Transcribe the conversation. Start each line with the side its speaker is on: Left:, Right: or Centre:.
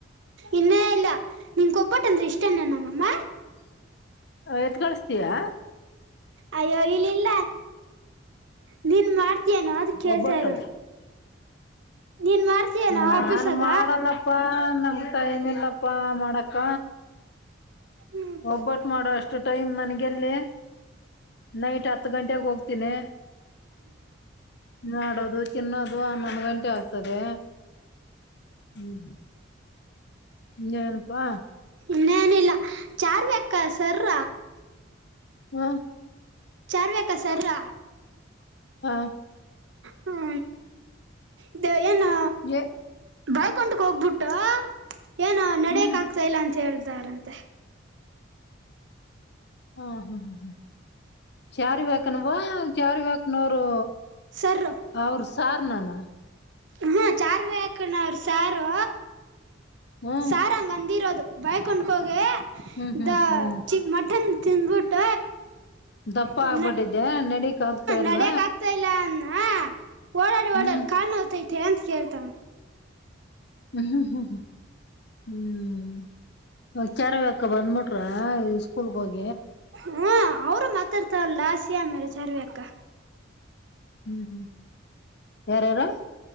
Right: ಇನ್ನೇ ಇಲ್ಲ ನಿನ್ಕೊಬ್ಬಟ್ಟ ಅಂದ್ರೆ ಇಷ್ಟನ ನಮ್ಮಮ್ಮ
Left: ಎತ್ ಕಡಿಸತಯಾ
Right: ಅಯ್ಯೋ ಇಲ್ಲಿಲ್ಲ ನೀನ್ ಮಾಡ್ತಯನೋ ಅದು ಕೇಳ್ತಾ
Left: ಒಬ್ಬಟ್ಟು
Right: ಇರೋದು ನೀನ್ ಮಾಡ್ತೀಯನೋ
Left: ನಾನ್
Right: ಆಫೀಸಾಗ
Left: ಮಾಡಲ್ಲಪ್ಪ ನ ಟೈಮ್ ಇಲ್ಲಪ್ಪಾ ಮಾಡಾಕ್ಕ
Right: ಹ್ಮ್
Left: ಒಬ್ಬಟ್ಟ ಮಾಡೋಷ್ಟು ಟೈಮ್ ನನಗೆಲ್ಲಿ ನೈಟ್ ಹತ್ತು ಗಂಟೆೆಗೆ ಹೋಗ್ತೀನಿ ಮಾಡೋದು ತಿನ್ನೋದು ಹನ್ನೊಂದು ಗಂಟೆ ಆಗ್ತದೆ ಹ್ಮ್ ಇೇಏನಪಾ
Right: ನ್ನೇನಿಲ್ಲ ಚಾರ್ವಿ ಅಕ್ಕ ಸರ
Left: ಹ್ಮ್
Right: ಚಾರ್ಬೇಕ ಸರ
Left: ಹ
Right: ಹ್ಮ ಇದು ಏನು
Left: ಏ
Right: ಬಳ್್ಕಂಟಕ್ ಹೋಗ್ಬಿಟ್ಟು ಏನು ನಡೆಯಕ್
Left: ಹ್ಮ್
Right: ಆಗ್ತಾ ಇಲ್ಲ ಅ ಕೇೇಳ್ದಾರಂತೆ
Left: ಹ್ಮ ಹ್ಮ್ ಹ್ ಹ್ಮ ಚಾರ ಬನ್ವಾ ಚಾರ ಬ ನೂರು
Right: ಸರ್
Left: ಆ ಸಾರ್ ನಾನ
Right: ಹ್ಮ ಚಾರ್ವ ಹಕನ ಅವರು ಸಾರು
Left: ಹ್ಮ್
Right: ಸಾರ್ ಹಂಗ ಅಂದಿರೋದ by ಕುೊಂಡ್ಕೋಗಿ
Left: hmm hmm
Right: the
Left: hmm
Right: chi mutton ತಿಂದಬುಟ್ಟ
Left: ದಪ್ಪ
Right: ಹ್ಮ
Left: ಆಗ್ಬಿಟ್ಟಿದ್ದೆ ನಡಕ್ ಆಗ್ತಾ ಇಲ್ಲ
Right: ನಡ್ಯಕ್ ಆಗ್ತಾ ಇಲ್ಲ ಅಂದ ಓಡರಿ
Left: ಹ್ಮ್
Right: ಓಡ ಕಾ ನ ಮತ್ತೆ ಎಂತ ಕೇಳ್ತ
Left: ಹ್ಮ್ ಹ್ಮ್ ಹ್ಮ್ ಹ್ಮ್ ಹ್ಮ್ಚಾರವಕ ಬಂದ್ಬಿಟ್ರ ಸ್ಕೂಲ್ಗ ಹೋಗ
Right: ಹಾ ಅವರು ಮಾತಾಡ್ತಾವಲ್ಲ ಸಿಮೇಲೆ ಚಾರ್ವಿ ಅಕ್ಕ
Left: ಹ್ಮ್ ಹ್ಮ್ ಯಾರ ಯಾರು